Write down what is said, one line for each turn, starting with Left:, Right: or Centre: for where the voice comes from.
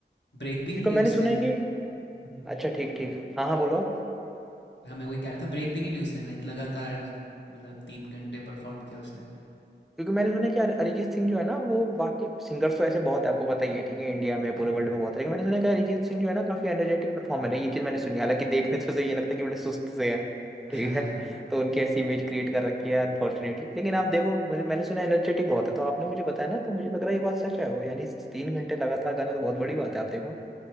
Left: ब्रेक भी
Centre: क्योंकि
Left: नहीं ली
Centre: मैंने
Left: उसने
Centre: सुना है कि
Left: हम्म,
Centre: अच्छा ठीक ठीक हाँ हाँ बोलो
Left: हाँ मैं वही कह रहा था ब्रेक भी नहीं ली उसने लाइक लगातार मतलब तीन घंटे परफॉर्म किया उसने
Centre: क्योंकि मैंने सुना है कि अर- अरिजीत सिंह जो है ना वो बाकी सिंगर्स तो ऐसे बहुत है आपको पता ही है ठीक है इंडिया में पूरे
Left: हम्म,
Centre: वर्ल्ड में बहुत है लेकिन मैंने सुना है कि अरिजीत सिंह जो है ना काफी एनर्जेटिक परफॉर्मर है ये चीज मैंने सुनी है। हालांकि देखने तो से तो ये लगता है कि बड़े सुस्त से है
Left: <laughs>
Centre: ठीक है <laughs> तो उनकी
Left: हम्म,
Centre: ऐसी इमेज क्रिएट कर रखी है अनफॉर्चुनेटली लेकिन आप देखो मुझे मैंने सुना एनर्जेटिक बहुत है तो आपने मुझे बताया ना तो मुझे लग रहा है ये बात सच है वो यानी तीन घंटे लगातार गाना तो बहुत बड़ी बात है आप देखो